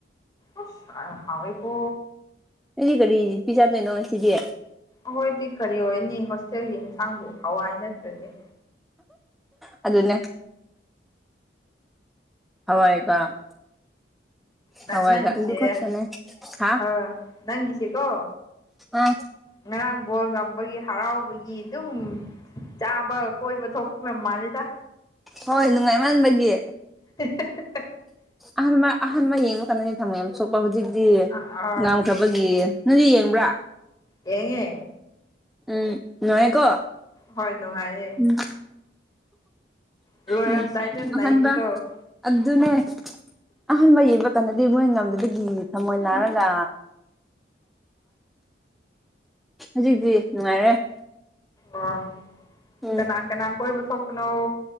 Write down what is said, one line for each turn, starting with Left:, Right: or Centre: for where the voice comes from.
Left: ꯑꯁ‌ ꯑ ꯍꯥꯎꯋꯤ ꯀꯣ
Centre: ꯑ‌ꯣꯗꯤ ꯀꯔꯤ ꯄꯤꯖꯥꯗꯣꯏꯅꯣ ꯉꯁꯤꯗꯤ
Left: ꯑꯈꯣꯏꯗꯤ ꯀꯔꯤ ꯑꯣꯏꯅꯤ ꯍꯣꯁꯇꯦꯜꯒꯤ ꯌꯦꯟꯁꯥꯡꯕꯨ ꯍꯋꯥꯏ ꯅꯠꯇ꯭ꯔꯗꯤ
Centre: ꯑꯗꯨꯅꯦ ꯍꯋꯥꯏꯒ
Left: ꯅ
Centre: ꯍꯋꯥꯏꯒ
Left: ꯅꯪꯁꯦ
Centre: ꯑꯗꯨ ꯈꯛꯇꯅꯦ ꯍꯥ
Left: ꯑꯥ ꯅꯪꯒꯤꯁ‌ꯦ ꯀꯣ
Centre: ꯑꯥ
Left: ꯉꯔꯥꯡ ꯕꯣꯜ ꯉꯝꯕꯒꯤ ꯍꯔꯥꯎꯕꯒꯤ ꯑꯗꯨꯝ ꯆꯥꯕ ꯀꯣꯏꯕ ꯊꯣꯛꯄꯝ ꯃꯥꯜꯂꯦꯗ
Centre: ꯍꯣꯏ ꯅꯨꯡꯉꯥꯏꯃꯟꯕꯒꯤ
Left: ꯍ <inaudible> <unintelligible>
Centre: ꯑꯍꯥꯟꯕ ꯑꯍꯥꯟꯕ ꯌꯦꯡꯕ ꯀꯥꯟꯗꯅꯤ ꯊꯝꯃꯣꯏ ꯌꯥꯝ ꯁꯣꯄ ꯍꯧꯖꯤꯛꯇꯤ
Left: ꯑꯥ ꯑꯥ
Centre: ꯉꯝ ꯉꯝꯕꯒꯤ ꯅꯪꯗꯤ ꯌꯦꯡꯕ꯭ꯔꯥ
Left: ꯌꯦꯡꯉꯦ
Centre: ꯎꯝ ꯅꯨꯡꯉꯥꯏꯀꯣ
Left: ꯍꯣꯏ ꯅꯨꯡꯉꯥꯏꯌꯦ
Centre: ꯎꯝ
Left: ꯂꯣꯏꯔꯝꯗꯥꯏꯗ
Centre: ꯎꯝ
Left: ꯅꯩꯕꯗꯣ
Centre: ꯑꯍꯥꯟꯕ ꯑꯗꯨꯅꯦ ꯑꯍꯥꯟꯕ ꯌꯦꯡꯕꯀꯥꯟꯗꯗꯤ ꯃꯣꯏ ꯉꯝꯗꯕꯒꯤ ꯊꯃꯣꯏ ꯅꯥꯔꯒ ꯍꯧꯖꯤꯛꯇꯤ ꯅꯨꯡꯉꯥꯏꯔꯦ
Left: ꯑꯣ
Centre: ꯎꯝ
Left: ꯀꯅꯥ ꯀꯅꯥ ꯀꯣꯏꯕ ꯊꯣꯛꯄꯅꯣ